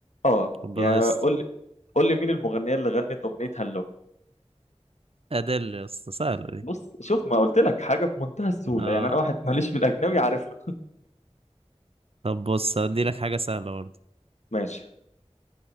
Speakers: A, on the left; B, on the right.
A: اه
B: ربنا
A: يا
B: يستر
A: قول لي قول لي مين المغنيه اللي غنت اغنيه هالو
B: أدل يا اسطى سهلة دي
A: بص شوف ما قلت لك حاجه في منتهى السهوله
B: آه
A: يعني انا واحد ماليش في الاجنبي عارفها
B: طب بص هديلك حاجة سهلة برضه
A: ماشي